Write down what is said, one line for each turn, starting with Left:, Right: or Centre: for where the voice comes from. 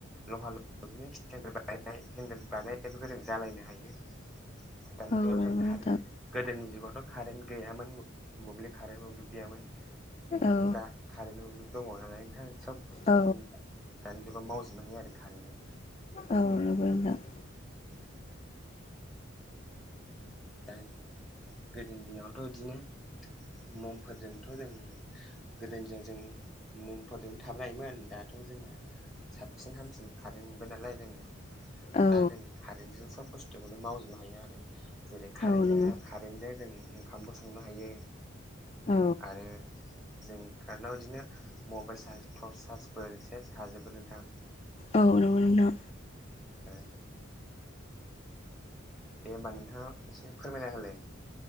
Centre: लहा लहि बिदिनो स्टेनफोर बानायनाय हेन्देल बानायनायफोरखौ जों जालायनो हायो। दानि
Left: औ
Centre: जों
Left: नंगौ नोंथां
Centre: गोदोनि जुगावथ' कारेन्ट गैयामोन मोब्लिब कारेन्ट मोब्लिब गैयामोन। जोंहाथ'
Left: औ
Centre: दा कारेन्ट मब्लिब दङ नालाय नोंथां सब बुस्थुखौनो
Left: औ
Centre: दानि जुगाव मावजोबनो हायो आरो कारेन्टजों नोंथां।
Left: औ नंगौ नोंथां।
Centre: उम दा गोदोनि दिनावथ' इदिनो ममफोरजोंथ' जों गोदोनि दिनाव जों ममफोरदोंनो थाबोनो हायोमोन दाथ' जोङो साबसिन हामसिन खारेन्ट मोनबाय नालाय जोङो
Left: औ
Centre: दा जों कारेन्टजों सब बुस्थुखौनो मावजोबनो हायो आरो जेरै कारेेनटजोंनो
Left: औ नंगौ
Centre: खा जों जों ओंखामबो संनो हायो
Left: औ
Centre: आरो जों कारेन्टआव इदिनो मबेल चार्ज टर्स चार्जफोर सेस हाजोबो नोंथां
Left: औ नंगौ नोंथां।
Centre: ओ दे ओनबा नोंथाङा एसे फोरमायना होलाय